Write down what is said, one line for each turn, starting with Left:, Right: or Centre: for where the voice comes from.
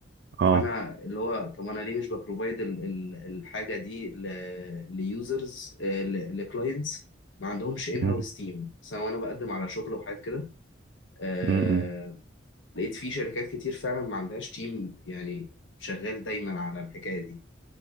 Right: اه
Left: فأنا اللي هو طب أنا ليه مش ببروفايد الحاجة دي ليوزرز لكلاينتس ما عندهمش ان
Right: مم.
Left: هاوس تيم سواء انا بقدم على شغل وحاجات كده آه،
Right: مم.
Left: لقيت في شركات كتير فعلا ما عندهاش تيم يعني شغال دايما على الحكاية دي